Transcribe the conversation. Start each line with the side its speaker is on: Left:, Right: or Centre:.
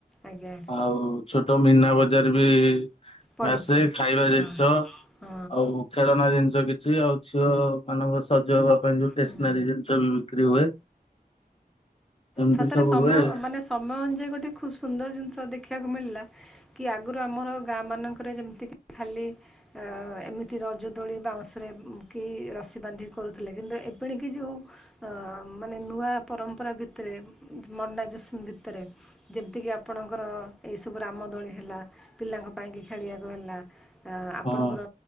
Centre: ଆଜ୍ଞା
Left: ହଉ ଛୋଟ ମୀନା ବଜାର ବି
Centre: ପଢିଛି
Left: ଆସେ ଖାଇବା
Centre: ହଁ
Left: ଜିନିଷ
Centre: ହଁ
Left: ଆଉ ଖେଳନା ଜିନିଷ କିଛି ଆଉ ଝିଅ ମାନଙ୍କ ସଜବ
Centre: ହୁଁ
Left: ସନାର ସ ବିକ୍ରି ହୁଏ ଏମିତି
Centre: ସେତରେ
Left: ସବୁ
Centre: ସମୟ
Left: ହୁଏ
Centre: ମାନେ ସମୟ ଅନୁଯାୟୀ ଗୋଟେ ଖୁବ ସୁନ୍ଦର ଜିନିଷ ଦେଖ। ଦେଖିବାକୁ ମିଳିଲା କି ଆଗରୁ ଆମର ଗାଁ ମାନଙ୍କରେ ଯେମିତିକି ଖାଲି ଏମିତି ରଜ ଦୋଳି ବାଉଁଶରେ କି ରସି ବାନ୍ଧିକ କରୁଥିଲେ କିନ୍ତୁ ଏପଣିକି ଯେଉଁ ମାନେ ନୂଆ ପରମ୍ପରା ଭିତ। ଭିତରେ ମନା ଜୋସ ଭିତରେ ଯେମିତିକି ଆପଣଙ୍କର ଏଇ ସବୁ ରାମ ଦୋଳି ହେଲା ପିଲାଙ୍କ ପାଇଁକି ଖେଳିବାକୁ ହେଲା। ଆପଣଙ୍କର
Left: ହଁ